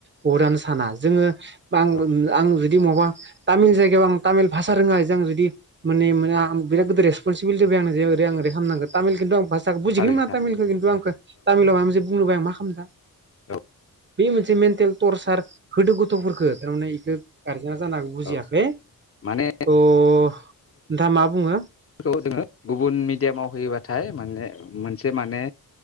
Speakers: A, on the right; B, on the left.
A: बहत आनो साना जोङो <unintelligible>
B: औ
A: जुदि मबा तामिल जायगायाव आं तामिल भाषा रोङा जों जुदि माने <unintelligible> बिराद रेसपनसिबिलिटी होबाय आंनो जे ओरै आं ओरै खालामानांगोन तामिल खिनथु आं बुजिखोनो
B: थारैनो
A: मोना
B: थारैनो
A: तामिलखौ
B: औ
A: खिन्थु आंखौ तामिलाव आंजे बुंनोबो हाया आं मा <unintelligible>
B: औ
A: बे मोनसे मेन्टेल टरसार होदो गथ'फोरखौ थारमाने इखो गार जेना जानो हागौ बुजियाखै
B: औ माने
A: थ' नोंथाङा मा बुङो?
B: खौ जोङो गुबुन मिडियामाव होयोबाथाय माने मोनसे माने